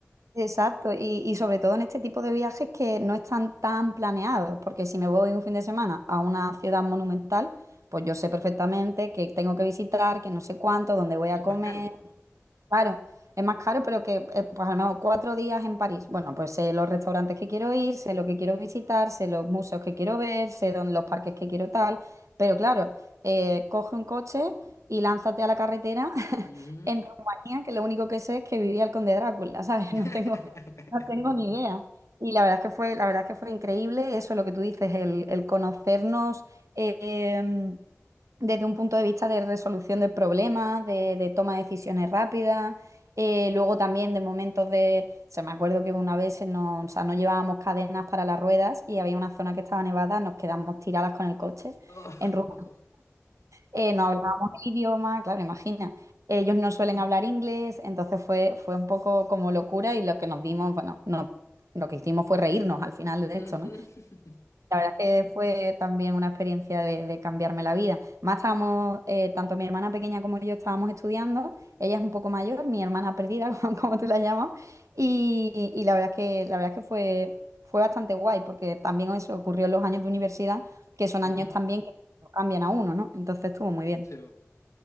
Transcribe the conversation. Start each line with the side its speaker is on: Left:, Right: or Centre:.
Right: Exacto, y, y sobre todo en este tipo de viajes que no están tan planeados, porque si me voy un fin de semana a una ciudad monumental, pues yo sé perfectamente que tengo que visitar, que no sé cuánto, dónde voy
Left: Y
Right: a
Left: es
Right: comer.
Left: más caro.
Right: Claro, es más caro, pero que eh, pues a lo mejor cuatro días en París. Bueno, pues sé los restaurantes que quiero ir, sé lo que quiero visitar, sé los museos que quiero ver, sé dónde, los parques que quiero tal. Pero claro, eh, coge un coche y lánzate a la carretera <laughs>
Left: Ujú.
Right: en Rumanía, que lo único que sé es que vivía el conde Drácula, ¿sabes?
Left: <laughs>
Right: <laughs> No tengo, no tengo ni idea. Y la verdad es que fue, la verdad es que fue increíble eso, lo que tú dices, el, el conocernos. eh, desde un punto de vista de resolución de problemas, de, de toma de decisiones rápidas, eh, luego también de momentos de, se me acuerdo que una vez no, o sea, no llevábamos cadenas para las ruedas y había una zona que estaba nevada, nos quedamos tiradas con el coche
Left: Oh.
Right: en Roma. Eh, no hablábamos el idioma, claro, imagina. Ellos no suelen hablar inglés, entonces fue, fue un poco como locura y lo que nos dimos, bueno, no, lo que hicimos fue reírnos al final de
Left: Ujú,
Right: esto, ¿no?
Left: <laughs>
Right: La verdad es que fue también una experiencia de, de cambiarme la vida. Más estábamos, eh, tanto mi hermana pequeña como yo estábamos estudiando, ella es un poco mayor, mi hermana perdida, <laughs> como, como tú la llamas, y, y la verdad es que, la verdad es que fue, fue bastante guay, porque también eso ocurrió en los años de universidad, que son
Left: ujú,
Right: años también que no cambian a uno, ¿no? Entonces estuvo muy bien.
Left: sí, bo.